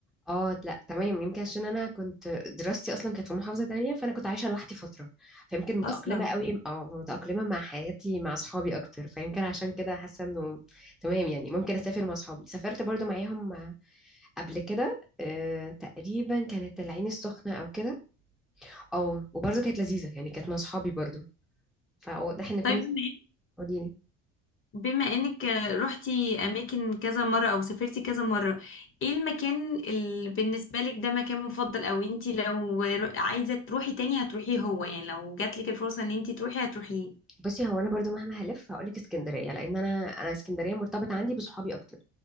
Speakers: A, in the centre; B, on the left.
A: اه لا تمام يمكن عشان انا كنت دراستي اصلا كانت في محافظة تانية فانا كنت عايشة لوحدي فترة فيمكن متأقلمة
B: اصلا
A: قوي اه متأقلمة مع حياتي مع اصحابي اكتر فيمكن عشان كده حاسة انه تمام يعني ممكن اسافر مع اصحابي سافرت برضو معاهم قبل كده آه تقريبا كانت العين السخنة او كده اه وبرضو كانت لذيذة يعني كانت مع اصحابي برضو فواضح ان كل
B: طيب بما
A: قوليلي
B: بما انك رحتي اماكن كذا مرة او سافرتي كذا مرة ايه المكان اللي بالنسبة لك ده مكان مفضل او انتي لو رو- عايزة تروحي تاني هتروحيه هو يعني لو جاتلك الفرصة ان انتي تروحي هتروحيه
A: بصي هو انا برضو مهما هلف هقولك اسكندريه لان انا انا اسكندريه مرتبط عندي بصحابي اكتر